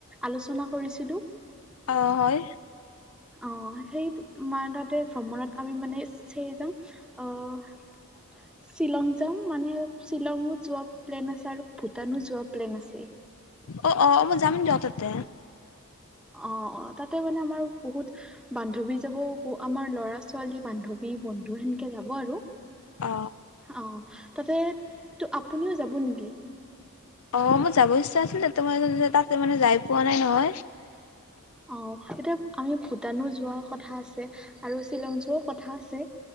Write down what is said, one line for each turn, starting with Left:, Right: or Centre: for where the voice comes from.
Centre: আলোচনা কৰিছিলো
Left: অ হয়
Centre: অ সেই মান তাতে ভ্ৰমণত আমি মানে সেই যাম আহ শ্বিলং যাম মানে শ্বিলঙো যোৱা প্লেন আছে আৰু ভূটানো যোৱা প্লেন আছে
Left: অ অ অ মই যাম দিয়ক তাতে
Centre: অ অ তাতে মানে আমাৰ বহুত বান্ধৱী যাব আমাৰ লৰা ছোৱালী বান্ধৱী বন্ধু সেনেকে যাব আৰু
Left: অ
Centre: অ' তাতে তো আপুনিও যাব নেকি
Left: অ মোৰ যাব ইচ্ছা আছিলে তো মই তাক মানে যাই পোৱা নাই নহয়
Centre: অ এতিয়া আমি ভূটানো যোৱা কথা আছে আৰু শ্বিলং যোৱাও কথা আছে